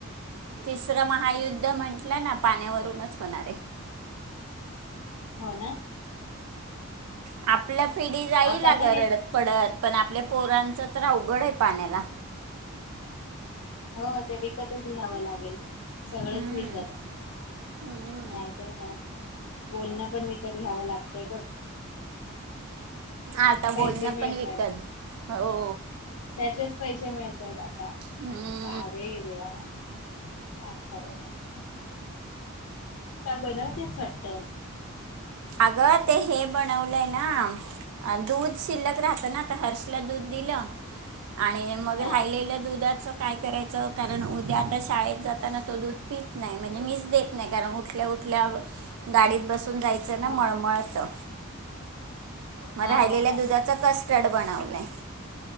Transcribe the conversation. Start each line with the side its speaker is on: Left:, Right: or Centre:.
Right: तिसरं महायुद्ध म्हटलं ना पाण्यावरूनच होणार आहे
Left: हो ना
Right: आप आपल्या पिढी जाईल
Left: आता
Right: अगं
Left: तर हे
Right: रडत पडत पण आपल्या पोरां जरा अवघड आहे पाण्याला
Left: हो ते विकतच घ्यावं लागेल. सगळंच
Right: हम्म.
Left: विकत
Right: हम्म.
Left: नाहीतर काय बोलणं पण विकत घ्यावं लागतय बघ
Right: आता
Left: पैसे
Right: बोलणं
Left: मिळतात
Right: पण विकत हो
Left: त्याचेच पैसे मिळतात आता
Right: हम्म
Left: काय रे देवा काय खरं नाय काय बनवतेस वाटत
Right: अग ते हे बनवलंय ना दूध शिल्लक राहत ना आता हर्षला दूध दिलं आणि मग
Left: हा
Right: राहिलेलं दुधाचं काय करायचं कारण उद्या आता शाळेत जाताना तो दूध पीत नाही म्हणजे मीच देत नाही, कारण उठल्या उठल्या गाडीत बसून जायचं ना
Left: हा
Right: मळमळतं म
Left: हा
Right: राहिलेल्या
Left: हा हा
Right: दुधाचं कस्टर्ड बनवलय.